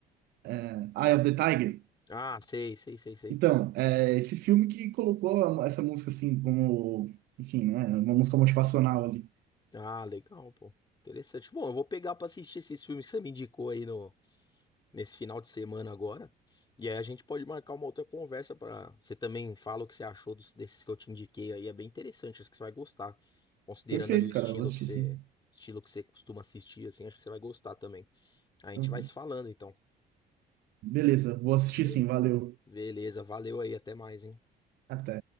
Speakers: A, on the right; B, on the left.
A: é, Eye of the Tiger.
B: Ah, sei, sei, sei, sei.
A: Então, é esse filme que colocou a- essa música assim como, enfim, né, uma música motivacional ali.
B: Ah, legal, pô. Interessante. Bom, eu vou pegar pra assistir esses filmes que você me indicou aí no, nesse final de semana agora. E aí a gente pode marcar uma outra conversa pra. Você também fala o que você achou dos, desses que eu te indiquei aí. É bem interessante, acho que você vai gostar. Considerando
A: Perfeito,
B: ali o
A: cara,
B: estilo
A: eu vou assistir
B: que você,
A: sim.
B: estilo que você costuma assistir, assim, acho que você vai gostar também. A gente
A: Eu-
B: vai se falando então,
A: Beleza, vou assistir
B: beleza?
A: sim, valeu.
B: Beleza, valeu aí, até mais, hein?
A: Até.